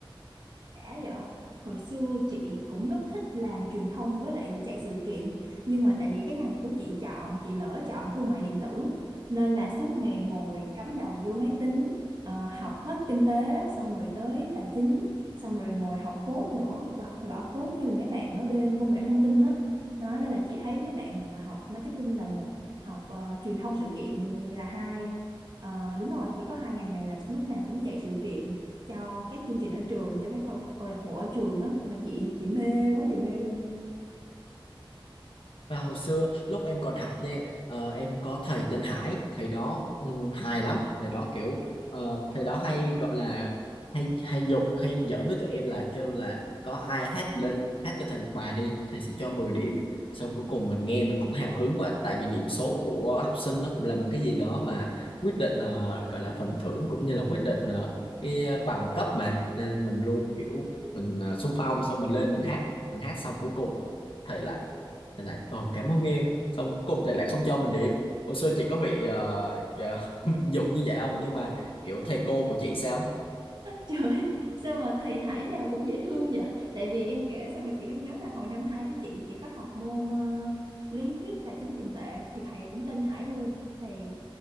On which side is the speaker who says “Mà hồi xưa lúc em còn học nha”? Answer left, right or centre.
Left